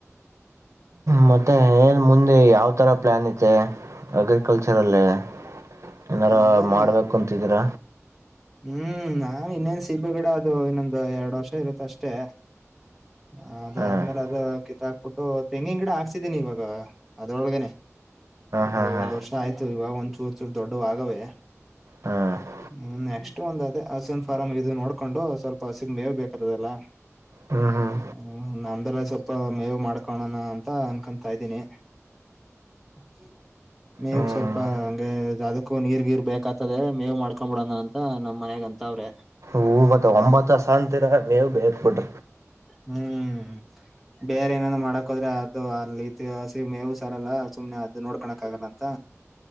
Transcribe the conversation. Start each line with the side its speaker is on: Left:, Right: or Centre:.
Right: ಮ ತ್ತೆ ಏನ್ ಮುಂದೆ ಯಾವ್ ತರ ಪ್ಲಾನ್ ಇದೆ ಅಗ್ರಿಕಲ್ಚರ್ ಲೆನೆ <unintelligible> ಏನರ
Centre: ಅದನ್ನ
Right: ಮಾಡ್ಬೇಕು ಅಂತಿದಿರ
Centre: ಹ್ಮ್ ನಾ ಇನ್ನೇನ್ ಸಿಬೆ ಗಿಡ ಅದು ಇನ್ನೊಂದು ಎರಡು ವರ್ಷ ಇರುತ್ತ ಅಷ್ಟೇ. ಹ ಅದಾದ್ಮೇಲೆ
Right: ಹಾ
Centre: ಅದ ಕಿ ತ ಹಾಕ್ಬಿಟ್ಟು ತೆಂಗಿನ ಗಿಡ ಹಾಕ್ಸಿದೀನಿ ಇವಾಗ ಅದ್ರೊಳಗನೆ
Right: ಹಾ
Centre: ಇವಾಗ
Right: ಹಾ
Centre: ಒಂದ್ ವರ್ಷ ಆಯ್ತು ಇವಾಗ ಒಂದ್ ಚೂರ್ ಚೂರ್ ದೊಡ್ಡವ್ ಆಗವೇ.
Right: ಹಾ ಹಾ
Centre: ಹ್ಮ್ ನೆಕ್ಸ್ಟ್ ಒಂದ ಅದೇ ಹಸಿನ್ ಫಾರಂ ಇದು ನೋಡ್ಕೊಂಡು ಸ್ವಲ್ಪ ಹಸಿಗ್ ಮೇವ ಬೇಕತದಲ್ಲ
Right: ಹ್ಮ್ ಹ್ಮ್
Centre: <unintelligible> ನಂದೇಲ ಸ್ವಲ್ಪ ಮೇವ ಮಾಡ್ಕೋಣ ಅಂತ ಅನ್ಕೊತಾ ಇದೀನಿ <unintelligible> ಮೇವಿಗ್
Right: ಹ್ಮ್
Centre: ಸ್ವಲ್ಪ ಹಂಗೆ ಅದಕ್ಕೂ ನೀರ್ ಗೀರ್ ಬೇಕತದೆ ಮೇವ್ ಮಾಡ್ಕ ಕಕೊಂಬಿಡೋಣ ಅಂತ ನಮ್ಮ್ ಮನಗ್ ಅಂತ ಅವ್ರೆ
Right: ಹವತ್ತ ಒಂಬತ್ತು ಸ ಅಂತರ ಮೇವು ಬೇರೆ ಬಟ್ಟ
Centre: ಹ್ಮ್ ಬೇರೆ ಏನಾದ ಮಾಡಕ್ೋದ್ರೆ ಅದು ಅಲ್ಲಿ ಇತಿಹಾಸಿ ಮೇವು ಸರಲ್ಲ ಸುಮ್ನೆ ಅದದು ನೋಡ್ಕಳಕ್ ಆಗಲ್ಲ ಅಂತ